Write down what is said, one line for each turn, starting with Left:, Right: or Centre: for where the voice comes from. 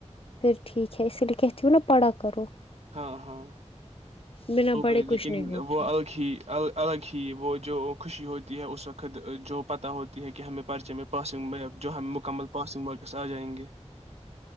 Left: پھر ٹھیک ہے اسی لیے کہ ت نا پڑھا کرو
Right: ہاں ہاں
Left: بنا
Right: وہ
Left: پڑھے
Right: بھی
Left: کچھ
Right: لیکن
Left: نہیں ہوتا
Right: وہ الگ ہی ال الگ ہی وہ جو خوشی ہوتی ہے اس وقت جو پت ہوتی ہے کہ ہمیں پرچے میں پاسنگ میں جو ہم مکمل پاسنگ مورکس آ جائیں گے